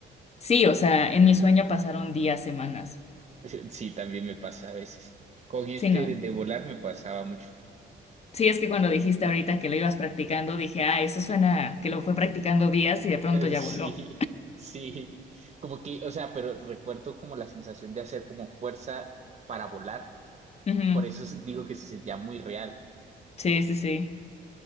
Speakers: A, on the left (about 30°); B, on the right (about 35°).
A: Sí, o sea, en mi sueño pasaron días, semanas,
B: <laughs> Sí, también me pasa a veces. Con este
A: sí, ¿no?
B: de, de volar me pasaba mucho. <laughs>
A: Sí, es que cuando dijiste ahorita que lo ibas practicando, dije, ah, eso suena que lo fue practicando días y de pronto
B: Eh,
A: ya
B: Sí,
A: voló.
B: sí. Como que, o sea, pero recuerdo como la sensación de hacer como fuerza para volar.
A: Ujú.
B: Por eso s- digo que se sentía muy real,
A: Sí, sí, sí.